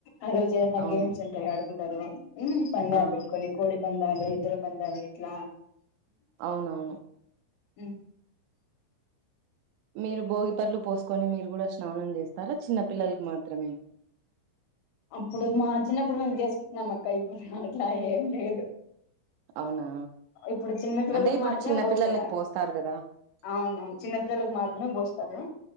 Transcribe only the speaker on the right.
అవును
ఆ
అవునవును
మీరు భోగి పండ్లు పోసుకొని మీరు కూడా స్నానం చేస్తారా చిన్న పిల్లలకి మాత్రమే
అవునా
అంటే ఇప్పుడు
చిన్న
పిల్లలకి పోస్తారు కదా